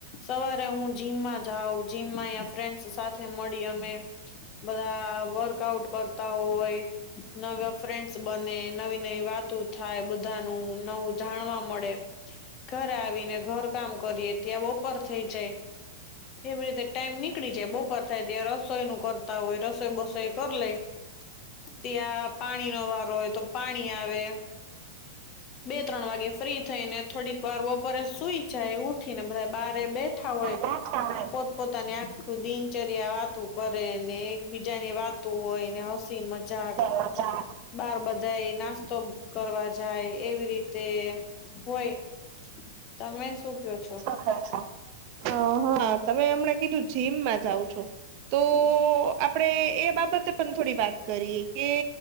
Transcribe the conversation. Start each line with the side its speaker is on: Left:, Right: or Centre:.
Left: સવારે હું જીમમાં જાઉં, જીમમાં અહિયાં ફ્રેન્ડસ સાથે મળી અમે. બધા વર્કઆઉટ કરતા હોય નવા ફ્રેન્ડ્સ બને, નવી-નવી વાત તું થાય, બધાનું નવું જાણવા મળે. ઘરે આવીને ઘર કામ કરીએ, ત્યાં બપોર થઇ જાય. એવી રીતે ટાઈમ નીકળી જાય, બપોર થાય ત્યાં રસોઈ નું કરતા હોય, રસોઈ બસોઈ કર લેઈ.
Right: <inaudible>
Left: ત્યાં પાણી નો વારો હોય તો પાણી આવે. બે-ત્રણ વાગે ફ્રી થઈ ને થોડીક વાર બપોરે સુઈ જાય, ઊઠ ઉઠી ને બધા બારે બેઠા હોય.
Right: <inaudible>
Left: પોતપોતાની આખું દિનચર્યા વાતું કરેને, એકબીજાની વાતો હોય ને, હસ તી મજાક.
Right: <inaudible>
Left: બાર બધાય નાસ્તો કરવા જાય, એવી રીતે હોય. તમે શું ક્યો છો?
Right: <inaudible> હા, હા. તમે હમણે કીધું જીમમાં જાવ છો તો આપડે એ બાબતે પન થોડી વાત કરીએ કે